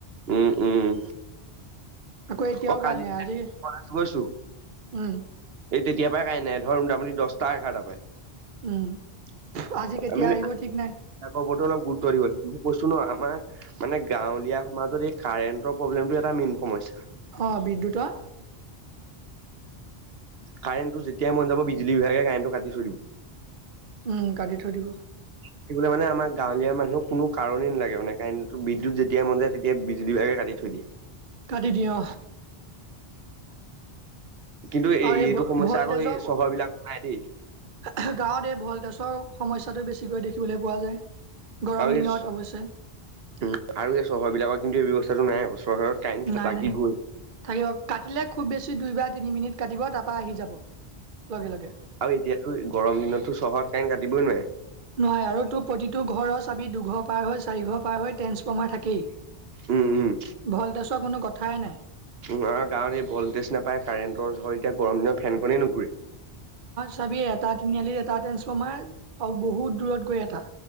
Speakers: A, on the right (about 70°); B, on the right (about 55°).
A: উম উম
B: আকৌ এতিয়াও
A: অ কালি
B: কাৰেণ্ট নাই, আজি
A: গৈছো
B: উম,
A: এই তেতিয়া তাই কাৰেণ্ট নাই ধৰ মোটামুটি দচটা এঘাৰটা পাই
B: উম। আজি কেতিয়া
A: আমি
B: আহিব ঠিক নাই
A: ওপৰতো অলপ গুৰুত্ব দিব লাগ কৈছো ন আমাৰ মানে গাঁৱলীয়া সমাজত এই কাৰেণ্টৰ প্ৰব্লেমটো এটা মেইন সমস্যা
B: অ বিদ্যুৎ ৰ
A: কাৰেণ্টটো যেতিয়াই মন যাব বিজুলী বিভাগে কাৰেণ্টটো কাটি থৈ দিব
B: উম কাটি থৈ দিব।
A: সেইবুলি মানে আমাৰ গাঁৱলীয়া মানুহৰ কোনো কাৰণেই নালাগে মানে কাৰণ বিদ্যুত যেতিয়া মন যায় তেতিয়া বিজুলী বিভাগে কাটি থৈ দিয়ে
B: কাটি দওঁ
A: কিন্তু
B: আৰু এই
A: এইটো সমস্যা
B: ভল
A: আকৌ
B: তেজক
A: এই চহৰ
B: গাঁৱত
A: বিলাকত নাই দেই।
B: এই ভল তেজ চৰ সমস্যাটো বেছিকৈ দেখিবলৈ পোৱা যায় গৰম
A: আৰু এই
B: দিনত
A: উ
B: অৱশ্যে
A: আৰু এই চহৰ বিলাকৰ কিন্তু এই ব্ৱস্থাটো নাই কচোন কাইণ্ট
B: নাই
A: লাগিবৈ
B: নাই থাকিব কাটিলে খুব বেছি দুই বা তিনি মিনিট কাটিব তাৰপা আহি যাব লগে লগে
A: আৰু এতিয়াাতো গৰম দিনতো চহৰত কাৰেণ্ট কাটিবই নোৱাৰে
B: নহয় আৰু তোৰ প্ৰতিটো ঘৰৰ চাবি দুঘৰ পাৰ হৈ চাৰি ঘৰ পাৰ হৈ ট্ৰেন্সফৰ্মাৰ থাকেই
A: উম, উম,
B: ভলটছৰ কোনো কথাই নাই
A: উম আমাৰ গাঁৱত এই ভল্টেজ নাপায় কাৰেণ্টৰ ধৰ এতিয়া গৰম দিনৰত ফেনখনেই নুঘুৰে
B: চাবিয এটা তিনিআলিত এটা ট্ৰেন্ঞ্চফৰ্মাৰ আৰু বহুত দূৰত গৈ এটা